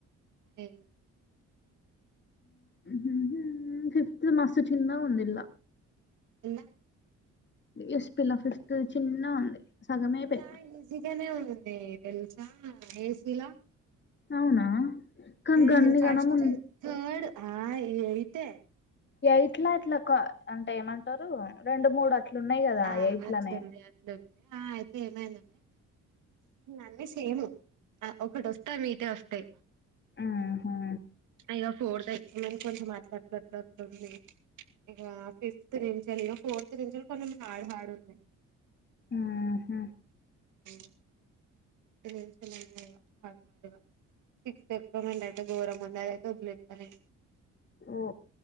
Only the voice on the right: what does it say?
ఏం
ఎన్న <unintelligible>
ఇలా ఈజీగానే ఉ న తెలుసా ఏసీలా
ఉమ్
ఫస్ట్
థర్డ్ ఆ అయితే
ఆ
అట్లున్నాయి
అట్లున్నాయి ఆ అయితే ఏమైందంటే అన్నీ సేమ్ ఒకటి వస్తా మీతేే వస్తాయి
ఇగ ఫోర్త్ ఎని కొంచెం మాట్లాడలట్లట్లుంది ఇ ఫిఫ్త్ ది సరగా ఫోర్త్ రేంజ్ లో కొంచం హాడ్ హాడ్ ఉన్నా్
ఉమ్ <unintelligible> ఉన్నాయి హార్డ్ హార్డ్ గా సిక్స్త్ ఎం అయితే గోరం ఉంది అదైతే వదిలేస్తను